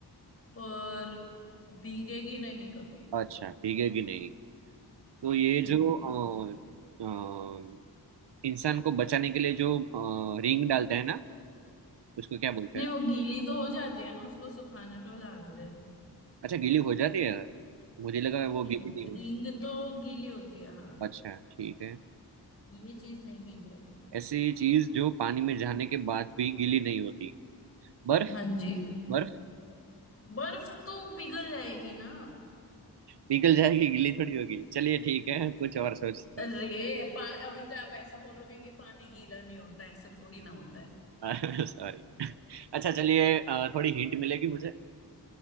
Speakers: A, on the left; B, on the right.
A: पर भीगेगी नहीं कभी
B: अच्छा भीगेगी नहीं तो ये
A: हम्म
B: जो अ, अ, इंसान को बचाने के लिए जो अ, रिंग डालते हैं ना उसको क्या बोलते
A: नहीं
B: हैं
A: वो गीली तो हो जाती है ना उसको सुखाने तो डालते हैं
B: अच्छा गीली हो जाती है मुझे लगा वो
A: हम्म
B: गीली नहीं होती
A: रिंग तो गीली होती है हाँ
B: अच्छा ठीक है
A: ये चीज नहीं गीली होती है
B: ऐसी चीज जो पानी में जाने के बाद भी गीली नहीं होती पर
A: हाँ जी
B: बर्फ
A: बर्फ तो पिघल जाएगी ना
B: पिघल जाएगी गीली थोड़ी होगी चलिए ठीक है कुछ और सोचता
A: अरे पा- अभी तो आप ऐसा बोलोगे कि पानी गीला नहीं होता ऐसे थोड़ी ना होता है
B: हूँ <laughs> सॉरी अच्छा चलिए अ, थोड़ी हिंट मिलेगी मुझे